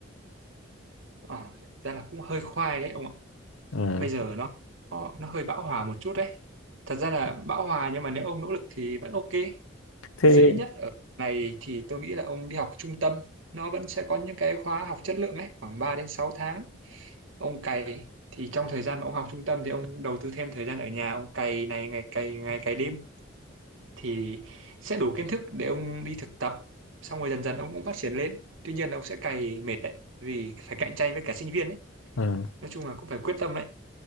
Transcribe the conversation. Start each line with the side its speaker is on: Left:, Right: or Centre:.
Right: ờ, thật ra là cũng hơi khoai đấy ông ạ
Left: Ừ.
Right: bây giờ nó nó nó hơi bão hòa một chút đấy thật ra là bão hòa nhưng mà nếu ông nỗ lực thì vẫn ok
Left: Thế
Right: dễ nhất ở này thì tôi nghĩ là ông đi học trung tâm nó vẫn sẽ có những cái khóa học chất lượng ấy khoảng ba đến sáu tháng ông cày thì trong thời gian mà ông học trung tâm thì ông đầu tư thêm thời gian ở nhà ông cày này ngày cày ngày cày đêm thì sẽ đủ kiến thức để ông đi thực tập xong rồi dần dần ông cũng phát triển lên tuy nhiên là ông sẽ cày mệt đấy vì phải cạnh tranh với cả sinh viên ấy
Left: ừ.
Right: nói chung là cũng phải quyết tâm đấy